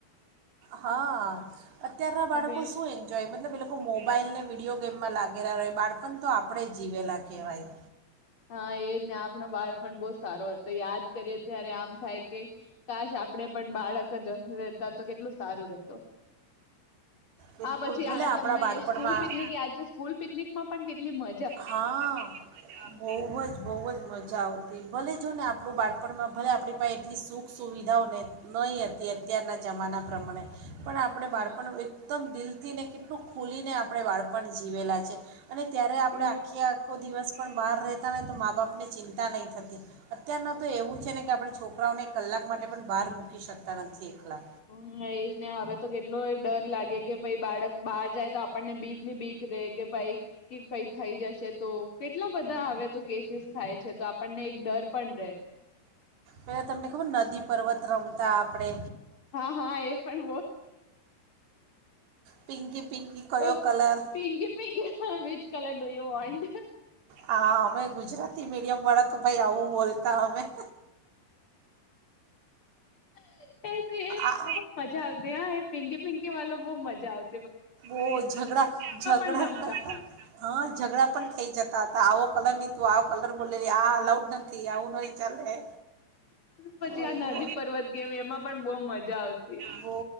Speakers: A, on the right (about 75°); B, on the left (about 35°).
A: હા. અત્યારના બાળકો
B: હવે
A: શું એન્જોય મતલબ પેલું આ મોબાઈલ ને વિડીયો ગેમમાં લાગેલા હોય બાળપણ તો આપણેે જીવેલા કહેવાય.
B: હા એજ ને આપણો બાળ પણ બહ સારો હતો યાદ કરીએ ત્યારે આમ થાય કે કાશ આપણેે પણ બાળક જ રહેતા તો કેટલું સારું રેહતો,
A: બિલકુલ
B: આ પછી
A: ભલે
B: આ
A: આપણા
B: તમને
A: બાળપણમાં
B: સ્કૂલ પિકનિક યાદ છે? સ્કૂલ પિકનિકમાં પણ કેટલી મ
A: હા, બઉ જ. બઉ જ મજા આવતી, ભલે જો ને આપણું બાળપણમાં ભલે આપણી પાંહે એટલી સુખ સુવિધાઓ ન નઈ અતી, અત્યારના જમાના પ્રમાણે પણ આપણે બાળપણનું
B: હા
A: એકદમ દિલ થીને કેટલું ખુલીને આપણે વાળપણ જીવેલા છે. અને ત્યારે આપણેે
B: એ
A: આ આખો દિવસ પણ બહાર રહેતા ને તો મા બાપને ચિંતા નઈ થતી, અત્યારના તો એવું છે ને કે આપણે છોકરાઓને કલાક માટે પણ બહાર મૂકી શકતા નથી એકલા.
B: હમ્મ, એ જ ને હવે તો કેટલોય ડર લાગે કે ભઈ બાળક બહાર જાય તો આપણને બીક ની બીક રે કે ભાઈ કી કંઈ થઈ જશે તો? કેટલા બધા હવે તો કેસીસ થાય છે તો આપણને એક ડર પણ રે.
A: પેલા તમને ખબર નદી પર્વત રમતા આપડે?
B: હા, હા, એ પણ
A: પિંકી પિંકી કયો
B: બો પ
A: colour
B: Pinky Pinky which colour do you want? એ
A: હા અમે ગુજરાતી મીડિયમ વાળા તો ભાઈ આવું બોલતા અમે.
B: <unintelligible>
A: આ
B: બઉ મજા આવતી હં એ પિંકી પિંકી વાલો બઉ મજા આવ
A: ઓહ ઝઘડા ઝધડા.
B: પણ રમતા
A: હા, ઝઘડા પણ થઈ જતાતા આવો કલર ની તું આવ કલર બોલેલી આ અલાઉડ નથી આવું નહીં ચાલે.
B: પછી
A: ઓહો
B: આ નદી પર્વત ગેમ એમાં પણ બહુ મજા આવતી
A: બહુ